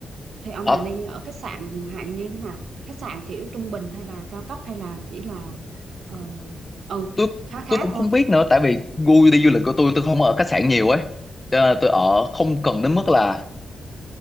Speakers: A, on the right (about 70°); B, on the left (about 20°).
A: theo ông
B: ở
A: là nên ở khách sạn hạng như thế nào khách sạn kiểu trung bình hay là cao cấp hay là chỉ là ờ, ừ
B: tôi
A: khá
B: tôi
A: khá
B: cũng
A: thôi
B: không biết nữa tại vì gu đi du lịch của tôi tôi không ở khách sạn nhiều ấy cho nên là tôi ở không cần đến mức là